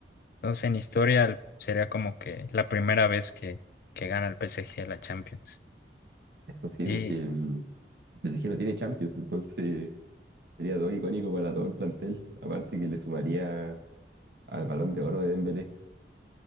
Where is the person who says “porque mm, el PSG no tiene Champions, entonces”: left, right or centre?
Right